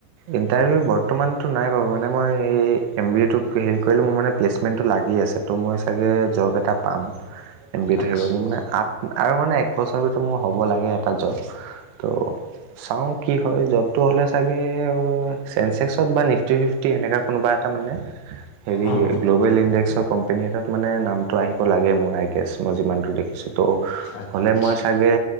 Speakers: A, on the right (about 80°); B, on the left (about 85°).
A: ইণ্টাৰভিউ বৰ্তমানটো নাই বাৰু মানে মই এই এম বি এটোক হেৰি কৰিলোঁ মোৰ মানে প্লেচমেণ্টটো লাগি আছে। তো মই চাগে জব এটা পাম এম বি এটো
B: আচ্ছা
A: থাকিব মোৰ মানে <unintelligible> আৰু মানে এক বছৰ ভিতৰত মোৰ হ'ব লাগে এটা জব। ত' চাও কি হয় জবটো হ'লে চাগে তেওঁ চেনচেক্সত বা নিফতি ফিফ্টি এনেকে কোনোবা এটা মানে হেৰি
B: উম
A: গ্ল ৱেল ইনডেক্সৰ কোম্পানী এটাত মানে নামতো আহিব লাগে মোৰ আই গেছ মই যিমানটো দেখ <unintelligible> তো
B: আচ্ছা
A: হ'লে মই চাগে